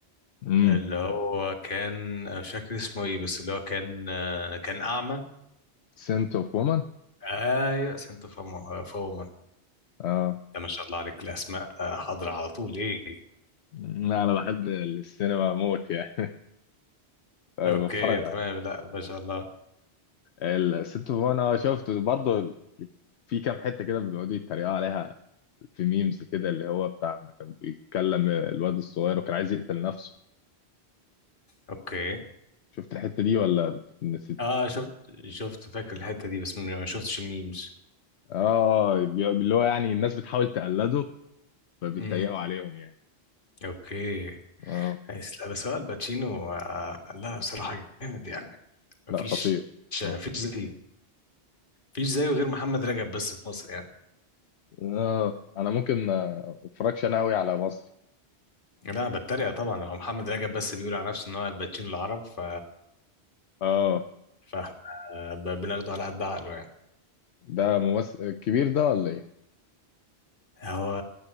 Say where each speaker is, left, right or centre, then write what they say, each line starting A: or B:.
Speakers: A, on the left (about 80°); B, on the left (about 50°).
A: امم
B: اللي هو كان أنا مش فاكر اسمه إيه بس اللي هو كان آه كان أعمى
A: سنت اوف وومن
B: أيوة سنت فوما فوما
A: اه
B: ده ما شاء الله عليك الأسماء آه، حاضرة على طول إيه
A: لا انا بحب السينما موت يعني <laughs>
B: أوكي
A: بتفرج
B: تمام لا ما شاء الله
A: الست فوفانا شفته برضه في كام حته كده بيقعدوا يتريقوا عليها في ميمز كده اللي هو بتاع ما كان بيتكلم الواد الصغير وكان عايز يقتل نفسه
B: أوكي
A: شفت الحته دي ولا نسيت
B: اه شفت شفت فاكر الحتة دي بس ما شفتش الميمز
A: اه بي- اللي هو يعني الناس بتحاول تقلده فبيتريقوا
B: امم
A: عليهم يعني
B: اوكي
A: اه
B: بس لا بس هو الباتشينو آه لا بصراحة جامد يعني مفيش
A: لا خطير
B: مفيش
A: اه
B: زيه مفيش زيه غير محمد رجب بس في مصر يعني
A: آه، انا ممكن آه، ما اتفرجش انا قوي على مصري
B: لا انا بتريق طبعا لو محمد رجب بس بيقول على نفسه ان هو الباتشينو العرب ف
A: اه
B: ف آه، ب- بناخده على قد عقله يعني
A: ده ممثل كبير ده ولا ايه
B: هو